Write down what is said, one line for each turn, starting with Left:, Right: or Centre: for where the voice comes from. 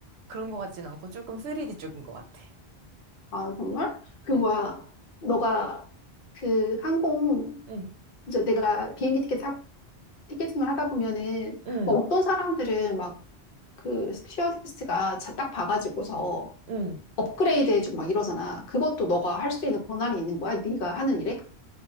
Right: 그런 것 같진 않고 조금 3D 쪽인 것 같아.
Left: 아 정말 그
Right: 응.
Left: 뭐야 너가 그 항공
Right: 응,
Left: 이제 내가 비행기 티켓 사- 티켓팅을 하다 보면은
Right: 응,
Left: 막 어떤 사람들은 막 그 스튜어디스가 자- 딱 봐가지고서
Right: 응.
Left: 업그레이드 해주고 막 이러잖아 그것도 너가 할 수 있는 권한이 있는 거야 네가 하는 일에